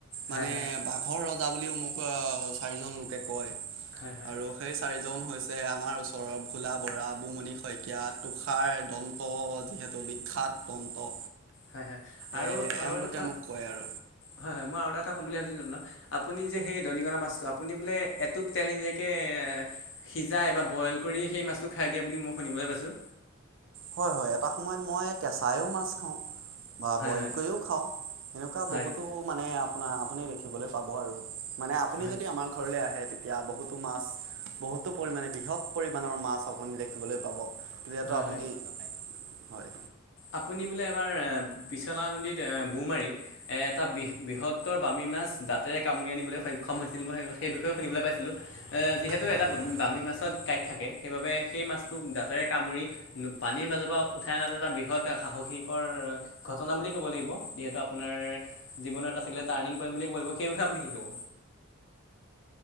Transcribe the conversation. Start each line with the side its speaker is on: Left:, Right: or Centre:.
Left: হয়
Right: মানে
Left: হয়
Right: বাঘৰ ৰ া বুলিও মোক অ চাৰিজন লোকে কয়
Left: হয় হয় হয়
Right: আৰু সেই চাৰিজন হৈছে আমাৰ ওচৰৰ ভোলা বৰা বুমণি শইকীয়া তুষাৰ দন যিহেতু বিখ্যাত দন্ত
Left: হয় হয় আৰু
Right: এ
Left: আৰু
Right: এওঁলোকে
Left: এটা কথা
Right: মোক কয় আৰু
Left: হয় হয় মই আৰু এটা কথা ক'ম বুলি ভাবিছিলো ত ন আপুনি যে সেই দৰিিকনাা মাছটো আপুনি বোলে এটোপ তেল নিজাকে এ সিজাই বা ব বইল কৰি সেই মাছটো খাই দিয়া বুলি মই শুনিবলৈ পাইছোঁ
Right: হয় হয় এটা সময়ত মই কেঁচাইও মাছ খাওঁ বা
Left: হয়
Right: বইল
Left: হয়
Right: কৰিও খাওঁ সেনেকুৱা
Left: হয়
Right: বহুতো মানে আপোনাৰ আপুনি দেখিবলৈ পাব আৰু মানে আপুনি
Left: হয়
Right: যদি আমাৰ ঘৰলে আহে তেতিয়া বহুতো মাছ বহুতো পৰিমণে বৃহৎ পৰিমণৰ মাছ অকনি দেখিবলৈ পাব যহেতটো
Left: হয়
Right: আপুনি
Left: হয়
Right: হয়
Left: আপুনি বোলে এবাৰ এ পিছলা নদীত এ বৌ মাৰি এ এটা বৃহত্তৰ বামী মাছ দাঁতেৰে কামুৰি আনিবলৈ সক্ষম হৈছিল মই সেই বিষয়েও শুনলৈ পাইছিলো এ যিহেতু
Right: হয়
Left: এটা
Right: হয়
Left: বামী মাছত কাঁাইত থাকে সেইবাবে সেই মাছটো দাঁতেৰে কামুৰি পানীৰ মাজৰ পৰা উঠাই অনাটো এটা বি সাহসীকৰ ঘটনা বুলি ক'ব লাগিব যিহেতু আপোনাৰ জীৱনত আছিলে টাৰ্ণ পই িব সেই বিষয়ে আপুনি শ কব